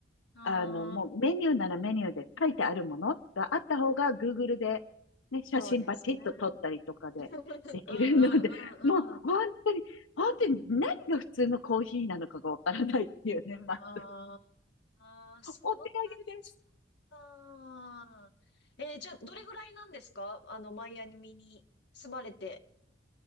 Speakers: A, on the left; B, on the left.
A: あ、ああ、
B: あの、もうメニューならメニューで書いてあるものがあった方が Google で、ね、写真パチッと撮ったりとかでできるので、
A: そうですね。<laughs> うんうんうん
B: <laughs> もう本当に、本当に何が普通のコーヒーなのかがわからないっていうね、まあ、
A: あーあー、そんなに違っ
B: お手上げです。
A: た。えーじゃあ、どれぐらいなんですかあの、マイアミに住まれて。